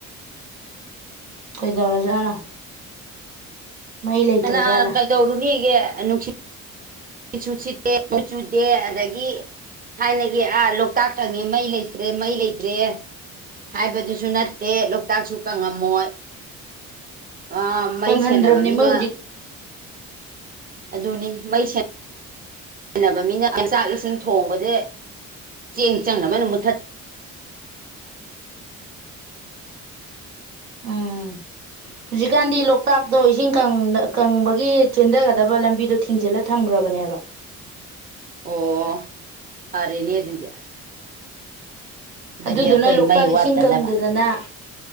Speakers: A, on the right; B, on the right.
A: ꯀꯩꯗꯧꯔꯖꯥꯠꯅꯣ ꯃꯩ ꯂꯩꯇ꯭ꯔꯖꯥꯠꯂꯥ
B: ꯀꯅꯥ ꯀꯩꯗꯧꯔꯨꯅꯤ ꯀ ꯅꯨꯡꯁꯤ ꯁꯨ ꯁꯤꯠꯇꯦꯨ ꯆꯨꯗꯦ ꯑꯗꯒꯤ ꯊꯥꯏꯅꯒꯤ ꯑꯥ ꯂꯣꯛꯇꯥꯛ ꯀꯪꯉꯦ ꯃꯩ ꯂꯩꯇ꯭ꯔꯦ ꯃꯩ ꯂꯩꯇ꯭ꯔꯦ ꯍꯥꯏꯕꯗꯨꯁꯨ ꯅꯠꯇꯦ ꯂꯣꯛꯇꯥꯛꯁꯨ ꯀꯪꯉꯝꯃꯣꯏ ꯑ ꯃꯩ
A: ꯀꯪꯍꯟꯗ꯭ꯔꯕꯅꯦ
B: ꯁꯦꯟꯅꯕ ꯃꯤꯅ
A: ꯃꯣꯏ ꯍꯧꯖꯤꯛ
B: ꯑꯗꯨꯅꯤ ꯃꯩꯁ ꯁꯅꯕ ꯃꯤꯅ ꯑꯩ ꯆꯥꯛ ꯏꯁꯤꯡ ꯊꯣꯡꯕꯁꯦ ꯆꯦꯡ ꯆꯪꯅꯕꯅ ꯃꯨꯠꯊꯠ
A: ꯎꯝ ꯍꯧꯖꯤꯛꯀꯥꯟꯗꯤ ꯂꯣꯛꯇꯥꯛꯇꯣ ꯏꯁꯤꯡ ꯀꯪꯕꯒꯤ ꯆꯦꯟꯊꯒꯗꯕ ꯂꯝꯕꯤꯗꯣ ꯊꯤꯡꯖꯤꯜꯂ ꯊꯝꯈ꯭ꯔꯕꯅꯦꯕ
B: ꯑꯣ ꯐꯔꯅꯤ ꯑꯗꯨꯗꯤ ꯑꯗꯨꯗꯤ
A: ꯑꯗꯨꯗꯨꯅ
B: ꯑꯩꯈꯣꯏ
A: ꯂꯣꯛꯇꯥꯛ
B: ꯃꯩ ꯋꯥꯠꯇꯅꯕ
A: ꯏꯁꯤꯡ ꯀꯪꯗꯗꯅ